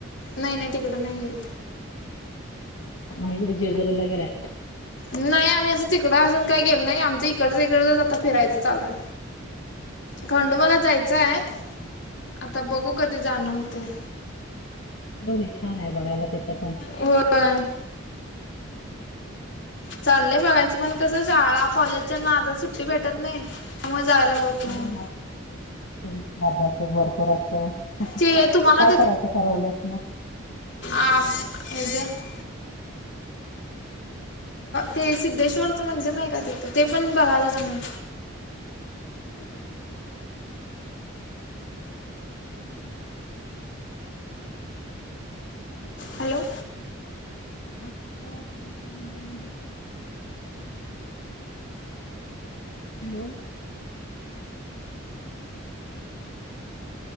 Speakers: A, on the left; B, on the left.
A: नाही-नाही तिकडं नाही गेलो.
B: म इकडं जेजुरीला गेलाय?
A: नाही आम्ही असं तिकडं अजून काय गेलो नाही, आमचं इकडच-इकडचच आता फिरायचं चाललंय. खंडोबाला जायचं आहे, आता बघू कधी जाणं होते.
B: हो, छान आहे बघायला तेथ पण.
A: होय. चाललंय बघायचं, पण कसं शाळा, कॉलेजच्या नादात, सुट्टी भेटत नाही, मग जायला होत नाही
B: हा. हा. अभ्यास एक भरपूर असतोय,
A: ते
B: काय
A: तुम्हाला
B: करायचं ठरवल आहेस म?
A: आ हेज <unintelligible> ते सिद्धेश्वरचं मंदिर नाही का तिथं? ते पण बघायलाच म्हण
B: <unintelligible> <inaudible> हॅलो!
A: हॅलो!
B: हा, कुठ सिद्धेश्वर मंदिर? हॅलो!